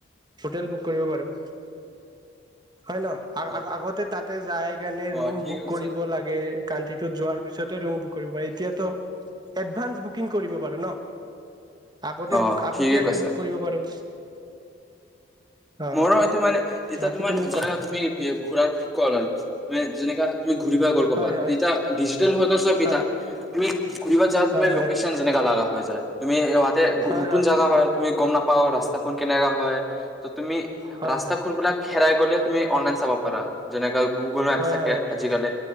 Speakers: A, on the right; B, in the centre.
A: হোটেল বুক কৰিব পাৰো হয় হয় ন আ
B: অ
A: আ আগতে তাত তাতে যায় কেনে ৰুম
B: অ ঠিক
A: বুক
B: আছে
A: কৰিব লাগে কান্ধিটোত যোৱাৰ পিছতে ৰুম বুক কৰিব পাৰি এতিয়াতো এডভান্স বুকিং কৰিব পাৰো ন আগতে
B: অ
A: বুক আগতীয়াকে
B: ঠিকে কৈছা।
A: বুক কৰিব পাৰো অ
B: মোৰো হয়টো মানে এতিয়া
A: বাকী
B: তোমাৰ
A: তুমি কোৱা
B: ধৰা তুমি ঘূৰাৰ কৰাল মে যেনেকা তুমি ঘূৰিবা গ'ল ক'বাত
A: হয় হয়
B: এতিয়া ডিজিটেল হৈ গ'ল চব
A: হয়
B: এতিয়া তুমি ঘূ়ৰিব যৱাত
A: হয়
B: তুমি লোকেশ্যন জেনেকা লাগা হৈ যায় তুমি এ অ তাতে
A: হয়
B: নতুন
A: হয়
B: জাগা হয় তুমি গম নাপা ৰাস্তাখন কেনেকে হয়। ত তুমি
A: হয়
B: ৰাস্তা
A: হয়
B: খোনবিলাক হেৰাই গ'লে তুমি অনলাইন চাব পাৰা যেনেক গুগল মেপ
A: হয়
B: থাকে
A: হয়
B: আজ কালি